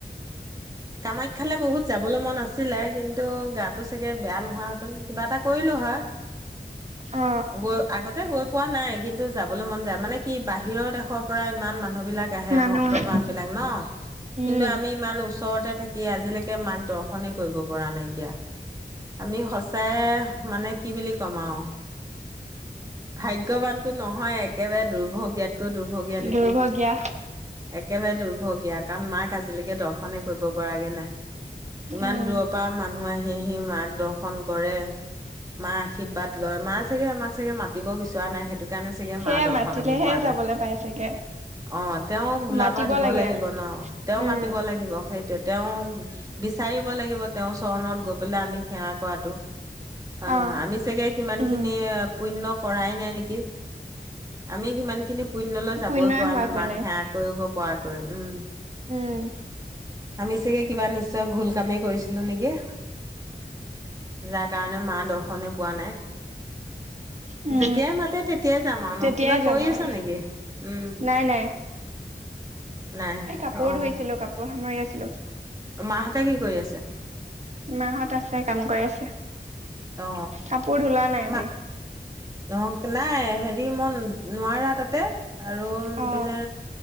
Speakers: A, on the right; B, on the right.
A: <inaudible>
B: কামাখ্যালে বহুত যাবলৈ মন আছিলে কিন্তু গাটো চাগে বেয়া নোহোৱাহেঁতেন কিবা এটা কৰিলো হয়।
A: অ
B: গৈ, আগতে গৈ পোৱা নাই কিন্তু- যাবলৈ মন যায় মানে কি বাহিৰৰ দেশৰ পৰা ইমান মানুহবি বিলাক আহে
A: মানুহ
B: ভক্তপ্ৰান
A: আছে
B: বিলাক ন,
A: উম
B: কিন্তু আমি ইমান ওচৰতে থাকি আজিলৈকে মাক দৰ্শনে কৰিব পৰা নাইকিয়া, আমি সচাই মানে কি বুলি ক'ম আৰু, ভাগ্যৱানতো নহয়ে, একেবাৰে দুৰ্ভগীয়া কৈও দুৰ্ভগীয়া নেকি,
A: দুৰ্ভগীয়া
B: একেবাৰে দুৰ্ভগীয়া কাৰণ মাক আজিলৈকে দৰ্শনে কৰিব পৰাগে নাই। ইমান
A: উম
B: দূৰৰ পৰা মানুহ আহি আহি মাক দৰ্শন কৰে। মা আশীৰ্বাদ লয়, মা চাগে আমাক চাগে মাতিব বিচৰা নাই, সেই সেইটো কাৰণে চাগে
A: সেয়ে
B: মা দৰ্শন
A: মাতিলেহে
B: আমি পোৱা
A: যাবলৈ
B: নাই।
A: পাই চাগে
B: অ', তেওঁ বোলাবা
A: মাতিব
B: দিব
A: লাগে
B: লাগিব ন, তেওঁ
A: উম
B: মাতিব লাগিব সেইটোৱেই তেওঁ বিচাৰিব লাগিব তেওঁ চৰণত গৈ পেলাই আমি সেৱা কৰাটো। হয়নে
A: অ
B: নহয়, আমি চাগে সিমানখিনি
A: উম
B: পুণ্য কৰাই নাই নেকি। আমি সিমান খিনি পুণ্যলৈ যাবই
A: পুণ্যই
B: পৰা
A: হোৱাগৈ
B: নাই মাক সেৱা কৰিব পৰাকৈ, উম।
A: উম।
B: আমি চাগে কিবা নিশ্চয় ভুল কামেই কৰিছিলো নেকি। যাৰ কাৰণে মা দৰ্শনে পোৱা নাই।
A: উম
B: যেতিয়াই মাতে তেতিয়াই যাম আৰু
A: তেতিয়াই
B: ন, কিবা
A: যাম
B: কৰি
A: আৰু
B: আছা নেকি? উম
A: নাই নাই।
B: নাই
A: এ কাপোৰ
B: অ
A: ধুইছিলো, কাপোৰ সামৰি আছিলো।
B: মাহঁতে কি কৰি আছে?
A: মাহঁত আছে, কাম কৰি আছে,
B: অ
A: কাপোৰ ধুলা নাই
B: মা
A: আজি?
B: অ নাই, হেৰি মই নোৱাৰা তাতে, আৰু
A: অ
B: ইপিনে